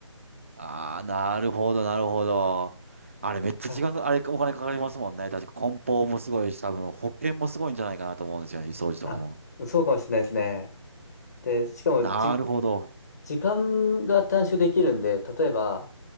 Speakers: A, on the right (about 25°); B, on the left (about 35°).
A: ああ、なるほど、なるほど。あれめっちゃ時間が、
B: あ、
A: あれお金かかりますもんね。確か梱包もすごいし、多分保険もすごいんじゃないかなと思うんですよね、掃除とかも。
B: あ、そうかもしれないですね。で、しかもじ、
A: なるほど。
B: 時間が短縮できるんで、例えば、